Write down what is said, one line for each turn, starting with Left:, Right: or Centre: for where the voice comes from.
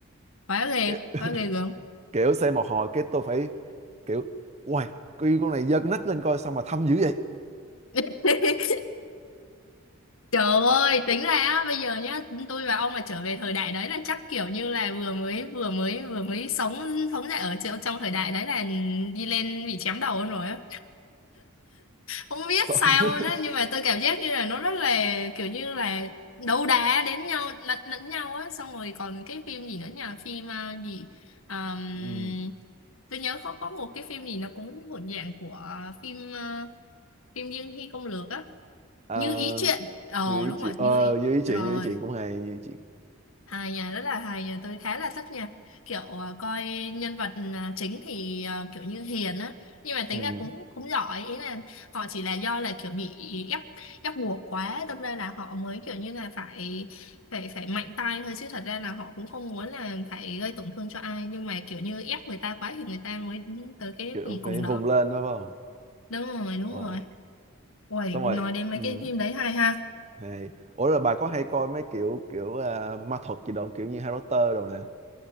Left: quá ghê
Right: ki-
Left: quá ghê gớm
Right: kiểu xem một hồi cái tôi phải kiểu uầy cái con này giơ cái nách lên coi sao mà thâm dữ vậy
Left: <laughs> Trời ơi, tính ra á, bây giờ nhá, tôi và ông mà trở về thời đại đấy là chắc kiểu như là vừa mới vừa mới vừa mới sống sống dậy ở chỗ- trong thời đại đấy là đi lên bị chém đầu luôn rồi á. Không biết
Right: Sợ-
Left: sao
Right: <laughs>
Left: luôn á, nhưng mà tôi cảm giác như là nó rất là kiểu như là đấu đá đến nhau lẫn lẫn nhau á, xong rồi còn cái phim gì nữa nhỉ? Phim à, gì Ờm,
Right: Ừm,
Left: tôi nhớ có có một cái phim gì nó cũng thuộc dạng của phim à, phim Dương Hy Công Lược á,
Right: à,
Left: Như Ý Chuyện. Ờ
Right: như ý
Left: đúng
Right: chị
Left: rồi,
Right: ờ,
Left: Như Ý
Right: như ý chị
Left: Ờ,
Right: như ý chị cũng hay như ý chị
Left: hài nha rất là hài nha tôi khá là thích nha kiểu ờ, coi nhân vật ờ, chính thì ờ, kiểu như hiền á nhưng mà tính
Right: ừm,
Left: ra cũng cũng giỏi ý là họ chỉ là do là kiểu bị ép ép buộc quá đâm ra là họ mới kiểu như là phải phải phải mạnh tay thôi chứ thật ra là họ cũng không muốn là phải gây tổn thương cho ai nhưng mà kiểu như ép người ta quá thì người ta mới tới cái
Right: kiểu
Left: cùng cùng
Right: phải vùng
Left: đó
Right: lên đó phải không
Left: đúng rồi đúng
Right: rồi
Left: rồi ôi
Right: xong
Left: nói
Right: rồi
Left: đến mấy
Right: ừm,
Left: cái phim đấy hay ha
Right: hay ủa rồi bà có hay coi mấy kiểu kiểu à, ma thuật gì đâu kiểu như Harry Potter đồ nè